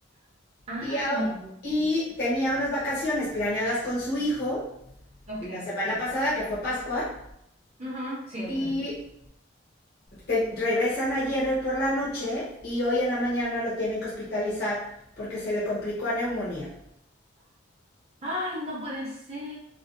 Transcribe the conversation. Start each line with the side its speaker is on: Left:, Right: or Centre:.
Right: Ah,
Left: Y, a-
Right: ya.
Left: y tenía unas vacaciones planeadas con su hijo
Right: Ok.
Left: la semana pasada, que fue Pascua,
Right: Ujú, cierto.
Left: y Te regresan ayer por la noche y hoy en la mañana lo tienen que hospitalizar porque se le complicó a neumonía.
Right: Ay, no puede ser.